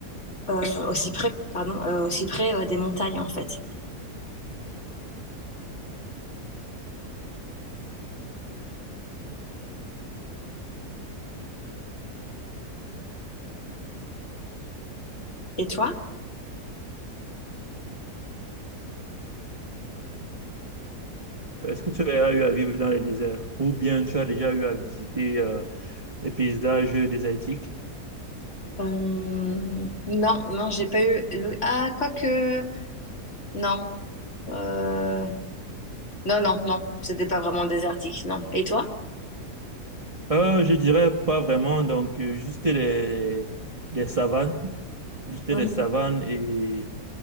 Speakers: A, on the left; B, on the right.
A: euh, aussi près, pardon, euh, aussi près euh, des montagnes, en fait. Et toi?
B: Est-ce que tu as eu à vivre dans les déserts ou bien tu as déjà eu à visiter euh, les paysages désertiques?
A: Euh, non, non, j'ai pas eu. le- Ah, quoique. Non. Euh, Non, non, non. C'était pas vraiment désertique, non. Et toi?
B: Euh, je dirais pas vraiment, donc euh, juste les, les savanes, juste
A: Mhm.
B: les savanes et